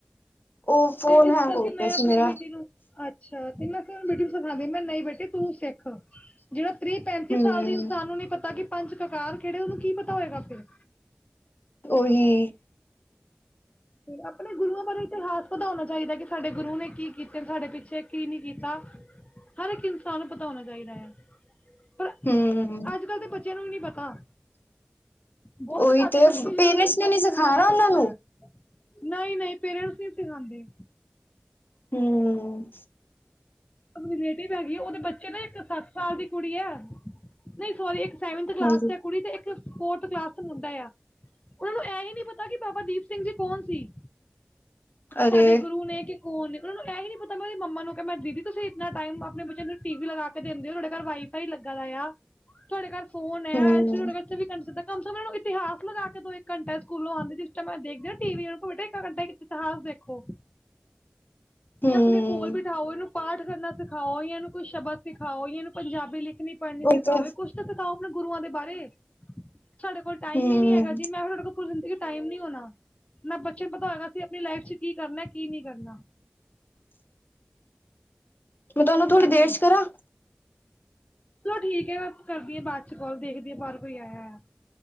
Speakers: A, on the left; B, on the left.
A: ਉਹ ਫੋਨ
B: ਤੇ ਇਸ
A: ਹੈਂਗ
B: ਕਰਕੇ
A: ਹੋ ਗਿਆ
B: ਮੈਂ ਆਪਣੀ
A: ਸੀ ਮੇਰਾ
B: ਬੇਟੀ ਨੂੰ ਅੱਛਾ ਤੇ ਮੈਂ ਬੇਟੀ ਨੂੰ ਸਿਖਾਦੀ ਮੈਂ ਕਿਹਾ, ਨਹੀਂ ਬੇਟੇ ਤੂੰ ਸਿੱਖ ਜਿਹੜਾ ਤ੍ਰੀਹ ਪੈਂਤੀ
A: ਹੂੰ
B: ਸਾਲ ਦੀ ਇਨਸਾਨ ਨੂੰ ਨਹੀਂ ਪਤਾ, ਕਿ ਪੰਜ ਕਕਾਰ ਖੇੜੇ ਉਹਨੂੰ ਕੀ ਪਤਾ ਹੋਏਗਾ ਫਿਰ
A: ਉਹੀ,
B: ਆਪਣੇ ਗੁਰੂਆਂ ਬਾਰੇ ਇਤਿਹਾਸ ਪਤਾ ਹੋਣਾ ਚਾਹੀਦਾ ਕਿ ਸਾਡੇ ਗੁਰੂ ਨੇ ਕੀ ਕੀਤੇ ਸਾਡੇ ਪਿੱਛੇ ਕੀ ਨੀ ਕੀਤਾ। ਹਰ ਇੱਕ ਇਨਸਾਨ ਨੂੰ ਪਤਾ ਹੋਣਾ ਚਾਹੀਦਾ ਆ। ਪਰ
A: ਹੂੰ
B: ਅੱਜ ਕੱਲ ਦੇ ਬੱਚਿਆਂ ਨੂੰ ਵੀ ਨੀ ਪਤਾ। ਬੌਤ
A: ਉਹੀ
B: ਘੱਟ
A: ਤੇ
B: ਬੱਚੇ ਜਿਨ੍ਹਾਂ
A: ਪੇਰੈਂਟਸ
B: ਨੂੰ ਆਪਣਾ
A: ਨੇ ਨੀ
B: ਇਤਿਹਾਸ
A: ਸਿਖਾਣਾ ਉਹਨਾਂ
B: ਪਤਾ
A: ਨੂੰ
B: ਹੈ। ਨਈ-ਨਈ ਪੇਰੈਂਟਸ ਨੀ ਸਿਖਾਉਂਦੇ।
A: ਹਮ
B: ਰਲੇਟਿਵ ਹੈਗੀ ਉਹਦੇ ਬੱਚੇ ਨਾ ਇੱਕ ਸੱਤ ਸਾਲ ਦੀ ਕੁੜੀ ਆ। ਨਹੀਂ ਸੋਰੀ ਇੱਕ ਸੇਵਨਥ ਕਲਾਸ
A: ਹਾਂਜੀ
B: ਚ ਕੁੜੀ ਤੇ ਇੱਕ ਫੋਰਥ ਕਲਾਸ ਚ ਮੁੰਡਾ ਆ। ਉਨੂੰ ਇਹ ਹੀ ਨੀ ਪਤਾ ਕਿ ਬਾਬਾ ਦੀਪ ਸਿੰਘ ਜੀ ਕੌਣ ਸੀ।
A: ਅਰੇ
B: ਸਾਡੇ ਗੁਰੂ ਨੇ ਕਿ ਕੌਣ ਨੇ ਉਹਨਾ ਨੂੰ ਏਹ ਹੀ ਨੀ ਪ ਤੇ ਮੈਂ ਉਹਦੀ ਮੰਮਾ ਨੂੰ ਕਿਹਾ ਮੈਂ ਦੀਦੀ ਤੁਸੀਂ ਇਤਨਾ ਟਾਈਮ ਆਪਣੇ ਬੱਚਿਆਂ ਨੂੰ ਟੀਵੀ ਲਗਾ ਕੇ ਦੇਿੰਦੇ ਹੋ ਤੁਹਾਡੇ ਘਰ ਵਾਈਫਾਈ ਲੱਗਾ ਦਾ ਆ। ਤੁਹਾਡੇ ਘਰ ਫੋਨ ਹੈ
A: ਹੂੰ
B: ਐਲਸੀਡੀ ਤੁਹਾਡੇ ਘਰ ਚੋਂਵੀ ਘੰਟੇ ਚਲਦਾ ਕਮ ਸੇ ਕਮ ਇਹਨਾਂ ਨੂੰ ਇੱ ਤਿਹਾਸ ਲਗਾ ਕੇ ਦੋ ਇੱਕ ਘੰਟਾ ਸਕੂਲੋਂ ਆਉਂਦੇ ਜਿਸ ਮੈਂ ਦੇਖ ਘੰਟ ਇਤਿਹਾਸ ਦੇਖੋ।
A: ਹੂੰ
B: ਯਾ ਆਪਨੇ ਕੋਲ ਬਿਠਾਓ ਇਹਨੂੰ ਪਾਠ ਕਰਨਾ ਸਿਖਾਓ ਯਾ ਇਹਨੂੰ ਕੋਈ ਸ਼ਬਦ ਸਿਖਾਓ ਯਾ ਇਹਨੂੰ ਪੰਜਾਬੀ ਲਿਖਨੀ ਪੜਨੀ
A: ਉਹੀ
B: ਸਿਖਾਓ
A: ਤੇ
B: ਕੁਛ ਤਾਂ ਸਿਖਾਓ ਆਪਣੇ ਗੁਰੂਆਂ ਦੇ ਬਾਰੇ। ਸਾਡੇ ਕੋਲ ਟਾਈਮ
A: ਹੂੰ
B: ਹੀ ਨੀ ਹੈਗਾ ਜੀ ਮੈਂ ਤੁਹਾਡੇ ਕੋਲ ਪੂਰੀ ਜ਼ਿੰਦਗੀ ਟਾਈਮ ਨਹੀਂ ਹੋਣਾ ਨਾ ਬੱਚੇ ਨੂੰ ਪਤਾ ਸੀ ਆਪਣੀ ਲਾਈਫ ਚ ਕੀ ਕਰਨਾ ਕੀ ਨੀ ਕਰਨਾ।
A: ਮੈਂ ਤੁਹਾਨੂੰ
B: ਇਸ
A: ਥੋੜ੍ਹੀ
B: ਕਰਕੇ
A: ਦੇਰ ਚ ਕਰਾਂ?
B: ਚਲੋ ਠੀਕ ਹੈ ਮੈਂ ਕਰਦੀ ਆ ਬਾਅਦ ਚ ਕਾਲ ਦੇਖਦੀ ਆ ਬਾਹਰ ਕੋਈ ਆਇਆ ਆ